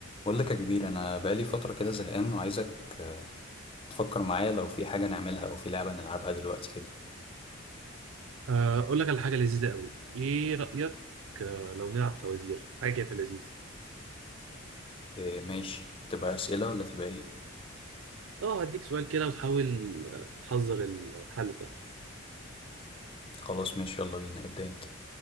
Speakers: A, on the left; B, on the right.
A: بقول لك يا كبير انا بقالي فتره كده زهقان وعايزك آه، تفكر معايا لو في حاجه نعملها او في لعبه نلعبها دلوقتي كده
B: آه، اقول لك على حاجه لذيذه قوي ايه رايك آه، لو نلعب فوازير حاجه كده في اللذيذ
A: إيه ماشي تبقى اسئله ولا تبقى ايه
B: اه هديك سؤال كده وتحاول آه، تحذر الحل بتاعك
A: خلاص ماشي يلا بينا ابدا انت